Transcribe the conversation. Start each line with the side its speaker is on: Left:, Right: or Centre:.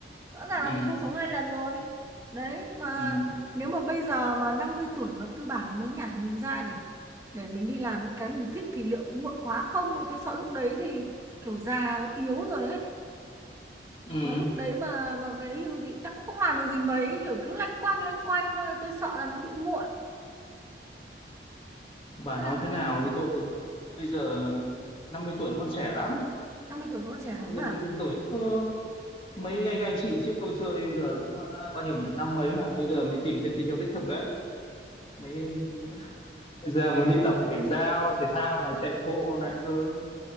Right: rõ ràng
Left: ừ
Right: là mình không sống hai lần rồi đấy mà
Left: ừ
Right: nếu mà bây giờ mà 50 tuổi mà tư bản mới nhả mình ra để để mình đi làm những cái mình thích thì liệu có muộn quá không tôi sợ lúc đấy thì kiểu già nó yếu rồi ấy
Left: ừ
Right: mà lúc đấy mà mà về hưu thì chắc cũng không làm được gì mấy kiểu cứ lanh quanh lanh quanh thôi tôi sợ là nó bị muộn
Left: bà
Right: là,
Left: nói
Right: là
Left: thế nào như tôi thấy bây giờ 50 tuổi vẫn còn trẻ lắm
Right: 50 tuổi vẫn còn trẻ lắm
Left: bây giờ
Right: à?
Left: năm mươi tuổi ơ, mấy anh anh chị trước tôi chơi giờ cũng đã bao nhiêu nhỉ năm mấy mà bây giờ mới tìm thấy tình yêu đích thực đấy mấy bây giờ mới đi tập thể giao thể thao này chạy bộ này ơ